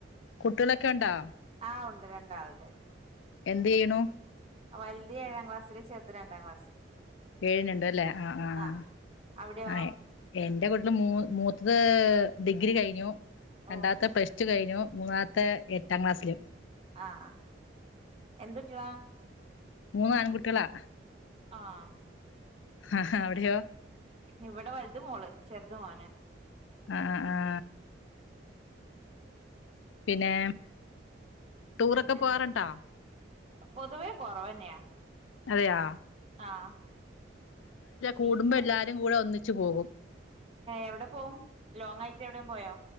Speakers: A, on the left (about 85°); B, on the right (about 30°).
A: കുട്ടികളൊക്കെ ഉണ്ടോ?
B: ആഹ് ഉണ്ട് രണ്ടാള് ഉണ്ട്.
A: എന്ത് ചെയ്യണോ?
B: വലുതി ഏഴാം ക്ലാസ്സില് ചെറുത്‌ രണ്ടാം ക്ലാസ്സില്.
A: ഏഴും രണ്ടും അല്ലേ, ആഹ് ആഹ്
B: ആ അവിടെയോ
A: ആഹ്. എന്റെ കുട്ടികൾ മൂ മൂത്തത് ഡിഗ്രി കഴിഞ്ഞു. രണ്ടാമത്തെ
B: ഓ
A: പ്ലസ് ടു കഴിഞ്ഞു, മൂന്നാമത്തെ എട്ടാം ക്ലാസ്സില്.
B: ആഹ് എന്തു കുട്ടികള്
A: മൂന്ന് ആൺകുട്ടികളാ.
B: ആഹ്
A: ആഹ് അവിടെയോ?
B: ഇവിടെ വലുത് മോള് ചെറുത് മോൻ.
A: ആഹ് ആഹ് ആഹ് പിന്നെ ടൂറൊക്കെ
B: പിന്നെ
A: പോവാറുണ്ടോ
B: എന്തെ, പൊതുവേ കൊറവ് തന്നെയാ.
A: അതെയോ
B: ആഹ്
A: കൂടുമ്പോ
B: ബീച്ചിലൊക്കെ
A: എല്ലാരും
B: പോ
A: കൂടെ ഒന്നിച്ചു പോകും
B: എവിടെ പോകും ലോങ് ആയി. എവിടെയോ പോയോ?